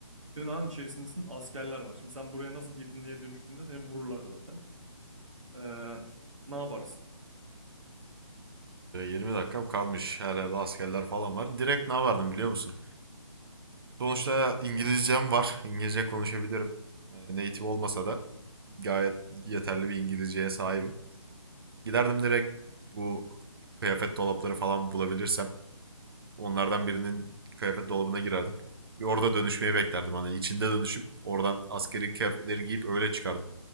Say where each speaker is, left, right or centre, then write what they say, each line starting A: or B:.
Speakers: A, on the right; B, on the right.
A: Sığınağın içerisindesin, askerler var. Şimdi sen buraya nasıl girdin diye dönüştüğünde seni vururlar zaten. Ee, ne yaparsın?
B: Böyle 20 dakikam kalmış. Her yerde askerler falan var. Direkt ne vardım biliyor musun? Sonuçta İngilizcem var. İngilizce konuşabilirim. E, Native olmasa da gayet yeterli bir İngilizceye sahibim. Giderdim direkt bu kıyafet dolapları falan bulabilirsem onlardan birinin kıyafet dolabına girerdim. Ve orada dönüşmeyi beklerdim. Hani içinde dönüşüp oradan askeri kıyafetleri giyip öyle çıkardım.